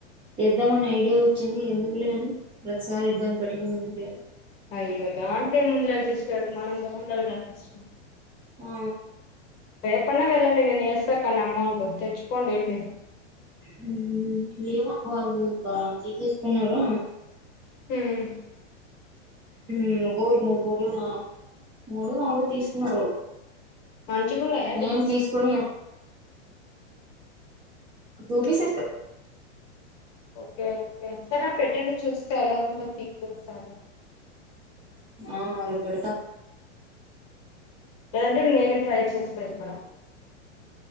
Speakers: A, on the right (about 15°); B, on the left (about 40°).
A: తెద్దామని ఐడియా వచ్చింది ఎందుకులే అని ప్రత్సారి ఇబ్బంది పెట్టడం ఎందుకులే అని
B: అయ్యో దాంట్లో ఏముందిలే సిస్టర్ మనం బావుండాలి గదా ఫస్ట్
A: ఆ
B: రేపన్నా వెళ్ళండి నేను యేస్తానక అమౌంట్ తెచ్చుకోండెల్లి
A: హ్మ్ ఏమో వాళ్లు ఇకా తీసేస్కున్నారో
B: ఉమ్
A: హ్మ్ ఒకొర్కు మూడు కోట్లో నాల్ మూడొ నాలుగొ తీస్కున్నారు వాళ్ళు
B: మంచిగున్నయ్
A: నేన్తీస్కొని టూపీసెట్టు
B: ఓకె ఓకె, సర్ నాక్పెట్టండి చూస్త ఎలా ఉందో పిక్ ఒసారి
A: ఆ రేప్బేడుతా
B: లేదంటే నేనే ట్రై చేస్ పెడ్తాడ